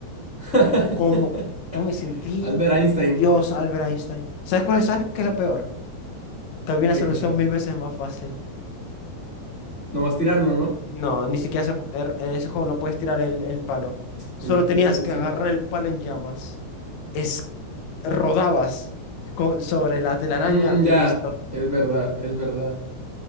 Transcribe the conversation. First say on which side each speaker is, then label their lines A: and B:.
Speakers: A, on the left (about 20°); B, on the left (about 70°).
A: <laughs>
B: como, yo me sentí
A: Albert Einstein.
B: Dios Albert Einstein. ¿Sabes cuál es? ¿Sabes qué es lo peor? Que había
A: Qué
B: una solución
A: cosa.
B: mil veces más fácil.
A: Nomás tirarlo, ¿no?
B: No, ni siquiera se- er- en ese juego no puedes tirar el, el palo. Solo
A: Eh,
B: tenías
A: ¿Es en
B: que
A: serio?
B: agarrar el palo en llamas. Es, rodabas co- sobre la telaraña
A: Mm,
B: y
A: ya,
B: listo.
A: es verdad, es verdad.